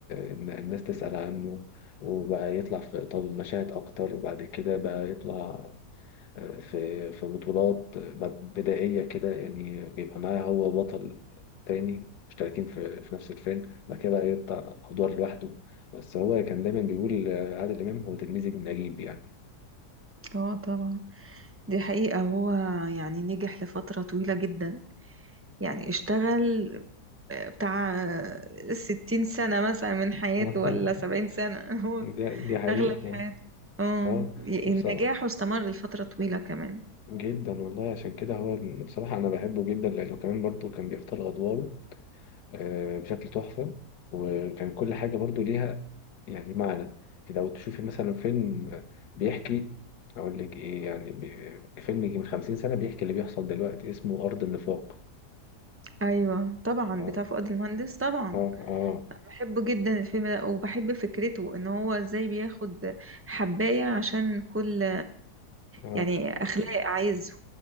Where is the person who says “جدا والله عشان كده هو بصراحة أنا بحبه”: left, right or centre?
Left